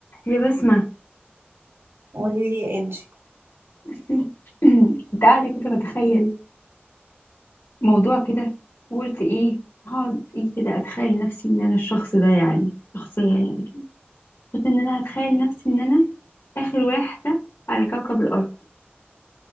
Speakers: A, on the left; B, on the right.
A: يا بسمة
B: قولي لي يا انجي
A: بصي <clears throat> كنت قاعدة كده بتخيل موضوع كده وقلت ايه هقعد ايه كده اتخيل نفسي ان انا الشخص ده يعني شخصية يعني قلت ان انا هتخيل نفسي ان انا اخر واحدة على كوكب الارض